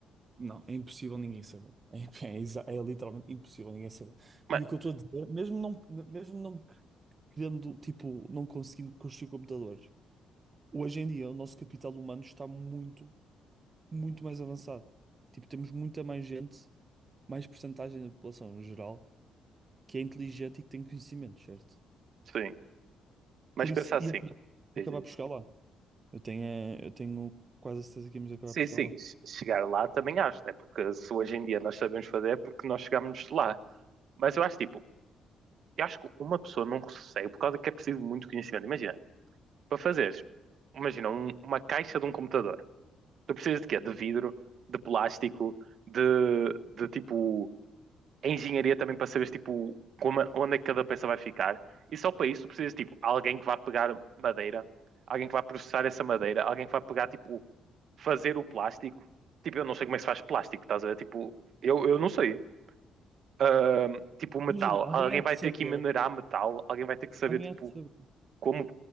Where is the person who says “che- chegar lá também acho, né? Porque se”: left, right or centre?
Right